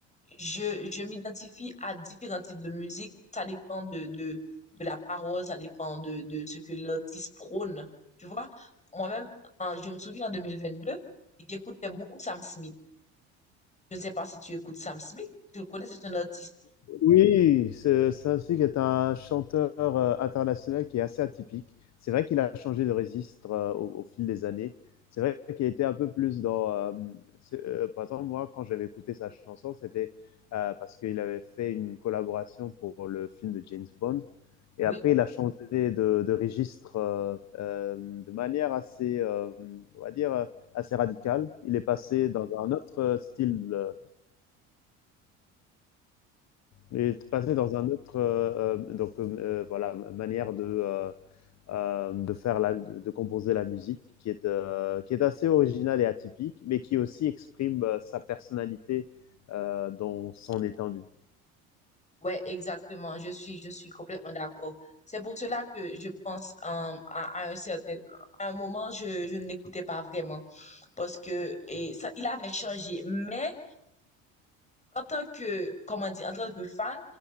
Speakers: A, on the left; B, on the left.
A: je, je m'identifie à différents types de musique. Ça dépend de, de, de la parole, ça dépend de, de ce que l'artiste prône. Tu vois, moi-même, en- je me souviens en 2022, j'écoutais beaucoup Sam Smith. Je ne sais pas si tu écoutes Sam Smith. Tu le connais, c'est un artiste.
B: Oui, c'est aussi qui est un chanteur euh, international qui est assez atypique. C'est vrai qu'il a changé de registre euh, au, au fil des années. C'est vrai qu'il était un peu plus dans. euh, c'est- euh, par exemple, moi, quand j'avais écouté sa chanson, c'était euh, parce qu'il avait fait une collaboration pour le film de James Bond. Et
A: Oui.
B: après, il a changé de, de registre euh, euh, de manière assez, euh, on va dire, euh, assez radicale. Il est passé dans un autre euh, style euh, et de passer dans un autre, euh, euh, donc euh, euh, voilà, manière de euh, euh, de faire la, de composer la musique, qui est euh, qui est assez originale et atypique, mais qui aussi exprime euh, sa personnalité euh, dans son étendue.
A: Ouais, exactement. Je suis, je suis complètement d'accord. C'est pour cela que je pense euh, à, à un certain, à un moment, je, je ne l'écoutais pas vraiment parce que et ça, il avait changé. Mais en tant que, comment dire, en tant que fan,